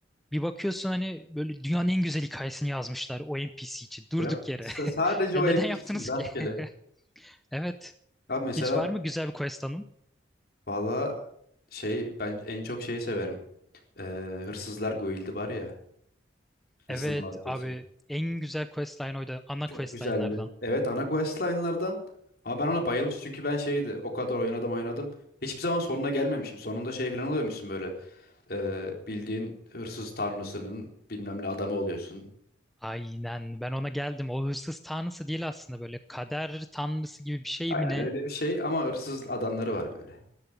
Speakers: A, in the centre; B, on the left.
A: Bir bakıyorsun hani böyle dünyanın en güzel hikayesini yazmışlar o NPC için durduk
B: Değil mi?
A: yere.
B: S- sadece
A: <laughs> E
B: o
A: neden
B: NPC'sin
A: yaptınız
B: rastgele.
A: ki? <laughs> Evet.
B: Abi mesela
A: Hiç var mı güzel bir quest
B: valla şey ben en çok şeyi severim. Ee, Hırsızlar Guild'i var ya. Hırsızlar
A: Evet
B: Loncası.
A: abi en güzel questline oydu. Ana
B: Çok
A: questline'lardan.
B: güzeldi. Evet ana questline'lardan. Ama ben ona bayılmış çünkü ben şeydi o kadar oynadım oynadım. Hiçbir zaman sonuna gelmemişim. Sonunda şey falan oluyormuşsun böyle. Ee, bildiğin hırsız tanrısının bilmem ne adamı oluyorsun.
A: Aynen ben ona geldim. O hırsız tanrısı değil aslında böyle kader tanrısı gibi bir şey
B: Aynen
A: mi ne?
B: öyle bir şey ama hırsız adamları var böyle.